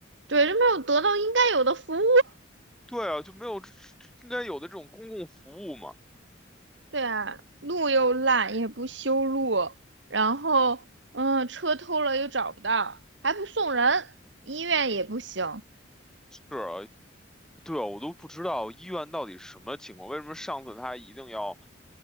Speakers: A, on the right; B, in the centre.
A: 对，就没有得到应该有的服务。
B: 对啊，就没有这应该有的这种公共服务嘛。
A: 对啊，路又烂，也不修路，然后嗯，车偷了又找不到，还不送人，医院也不行。
B: 是啊，对啊，我都不知道医院到底什么情况，为什么上次他一定要。